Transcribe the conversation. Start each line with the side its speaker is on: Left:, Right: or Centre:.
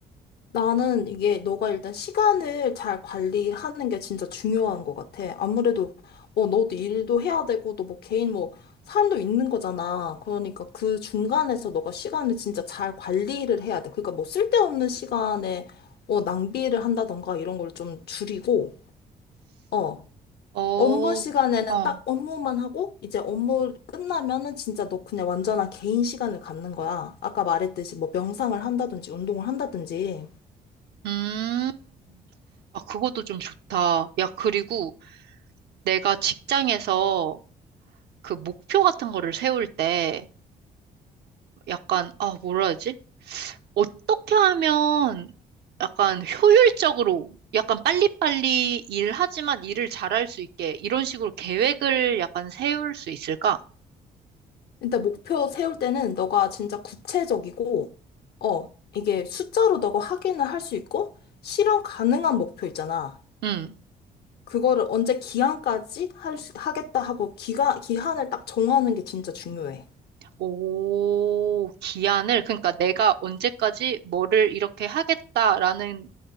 Left: 나는 이게 너가 일단 시간을 잘 관리하는 게 진짜 중요한 것 같아. 아무래도 어 너도 일도 해야 되고 너 뭐 개인 뭐 삶도 있는 거잖아. 그러니까 그 중간에서 너가 시간을 진짜 잘 관리를 해야 돼. 그러니까 뭐 쓸데없는 시간에 어 낭비를 한다던가 이런 걸 좀 줄이고 어
Right: 어,
Left: 업무 시간에는
Right: 어,
Left: 딱 업무만 하고 이제 업무 끝나면은 진짜 너 그냥 완전한 개인 시간을 갖는 거야. 아까 말했듯이 뭐 명상을 한다든지 운동을 한다든지.
Right: 음. 아, 그것도 좀 좋다. 야, 그리고 내가 직장에서 그 목표 같은 거를 세울 때 약간, 아, 뭐라 하지? 어떻게 하면 약간 효율적으로, 약간 빨리빨리 일하지만 일을 잘할 수 있게 이런 식으로 계획을 약간 세울 수 있을까?
Left: 일단 목표 세울 때는 너가 진짜 구체적이고, 어, 이게 숫자로 너가 확인을 할 수 있고, 실현 가능한 목표 있잖아.
Right: 음.
Left: 그거를 언제 기한까지 할 수, 하겠다 하고 기가, 기한을 딱 정하는 게 진짜 중요해.
Right: 오, 기한을, 그러니까 내가 언제까지 뭐를 이렇게 하겠다라는